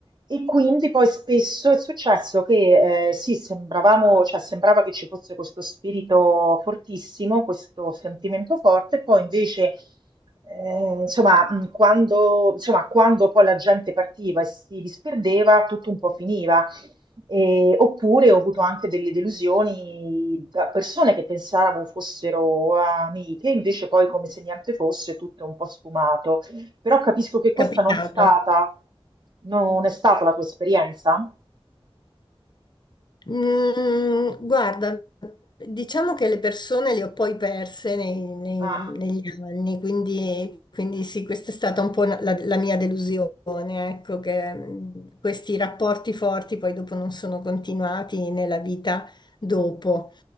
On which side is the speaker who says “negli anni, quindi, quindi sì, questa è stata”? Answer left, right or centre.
Left